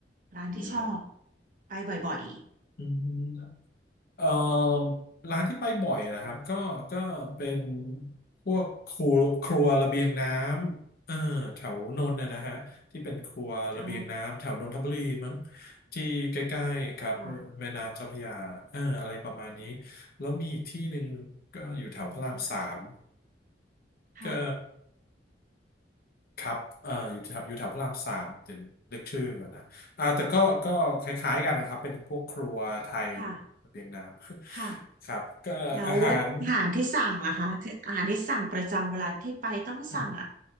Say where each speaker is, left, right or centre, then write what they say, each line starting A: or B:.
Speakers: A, on the right (about 50°); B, on the left (about 55°).
A: ร้านที่ชอบ
B: เยอะครับ
A: ไปบ่อย
B: อืมเอ่อร้านที่ไปบ่อยนะครับก็ก็เป็นพวกครัวครัวระเบียงน้ำเออแถวนนท์นะนะฮะที่เป็นครัวระเบียงน้ำแถวนนทบุรีมั้ง
A: ๆอ๋อ
B: ที่ใกล้ๆครับแม่น้ำเจ้าพระยาเอออะไรประมาณนี้
A: ค่ะ
B: แล้วมีอีกที่หนึ่งก็อยู่แถวพระรามสาม
A: อืมค่ะค่ะ
B: ก็ ครับเอ่ออยู่แถวอยู่แถวพระรามสามเดี๋ยวนึกชื่อก่อนนะอ่าแต่ก็ก็คล้ายๆกันนะครับ เป็นพวกครัวไทย
A: ค่ะ
B: ระเบียงน้ำ
A: ค่ะ
B: <laughs> ครับก็อาหาร
A: แล้วอาหารที่สั่งล่ะคะอาหารที่สั่งประจำเวลาที่ไปต้องสั่งอ่ะ
B: อืม